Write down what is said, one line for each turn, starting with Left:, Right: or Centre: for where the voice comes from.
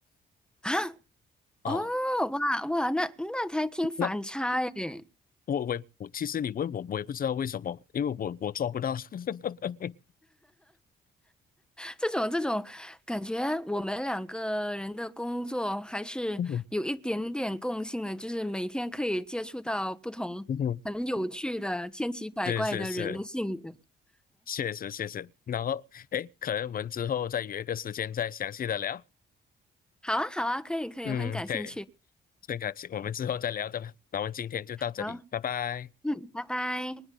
Centre: 啊，
Left: 哦。
Centre: 哦，哇哇，那那还挺反差诶，
Left: 那我我也我，其实你问我，我也不知道为什么，因为我我抓不到。<laughs>
Centre: 这种这种感觉，我们两个人的工作还是有一点点共性的，
Left: 嗯
Centre: 就是每天可以接触到不同很有趣的、
Left: 嗯
Centre: 千奇百怪的人的性格。
Left: 是是是，确实确实。然后，诶，可能我们之后再约一个时间再详细的聊。
Centre: 好啊，好啊，可以可以，
Left: 嗯，
Centre: 我很感兴趣。
Left: 可以，很感谢，我们之后再聊着吧。那我们今天就到这里，
Centre: 好，
Left: 拜拜。
Centre: 嗯，拜拜。